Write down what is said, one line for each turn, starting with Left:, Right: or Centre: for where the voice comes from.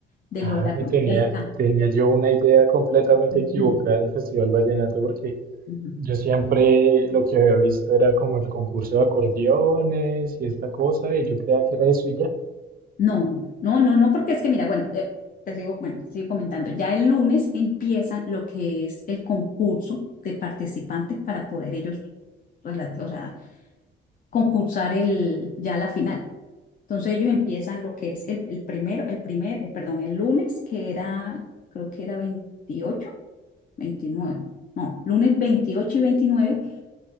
Left: de
Right: Ah,
Left: lo de la cultura
Right: tenía,
Left: del canto.
Right: tenía yo una idea completamente
Left: Ujú.
Right: equivocada del Festival Vallenato porque
Left: Ujú.
Right: Yo siempre lo que había visto era como el concurso de acordeones y esta cosa, y yo creía que era eso y ya.
Left: No, no, no, no, porque es que mira, bueno, eh, te sigo, bueno, te sigo comentando. Ya el lunes empiezan lo que es el concurso de participantes para poder ellos, relate- o sea, concursar el, ya la final. Entonces ellos empiezan lo que es el, el primero, el primer, eh, perdón, el lunes, que era, creo que era 28, 29, no, lunes 28 y 29